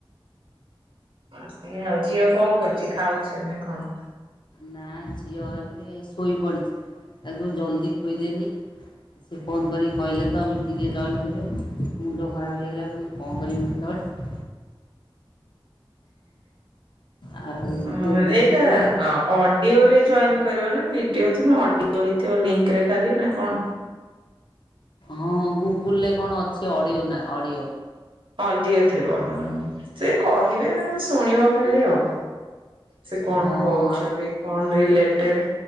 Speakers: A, on the right; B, on the left.
A: ଅ ସେଇଆ ଆଉ ଝିଅ କଣ କରୁଛି ଖାଉଚି ନା କଣ।
B: ନା ଝିଅ ଏବେ ଶୋଇପଡ଼ିଛି ତାକୁ ଜଲ୍ଦି ଖୋଇଦେନି। ସେ ଫୋନ୍ କରି କହିଲେ ତ ମିଟିଂରେ ଜଏନ୍ କରିବା ପାଇଁ ମୁଣ୍ଡ ଖରାପ ହେଇଗଲା ମୁଁ କଣ କରିବି ମୁଁ କେତେବେଳେ ଆଉ
A: ମୋର
B: ଦୌଡ଼ିଛି
A: ଏଇଟା
B: ପୁରା
A: ନ।
B: ଆଉ।
A: ଅଡିଓ ରେ ଜଏନ୍ କରିବ ନା ଭିଡିଓ ତ ହଁ ଅଡିଓ ହେଇଥିବ ଲିଙ୍କରେ ଖାଲି ନା କଣ?
B: ହଁ ଗୁଗୁଲରେ କଣ ଅଛି ଅଡିଓ ନା ଅଡିଓ
A: ଅଡିଓ ଥିବ ହଁ ସେ କହିବେ ତମେ ଶୁଣିବ ଖାଲି ଆଉ। ସେ କଣ
B: ହଁ
A: କହୁଛନ୍ତି
B: ଆ
A: କଣ ରିଲେଟେଡ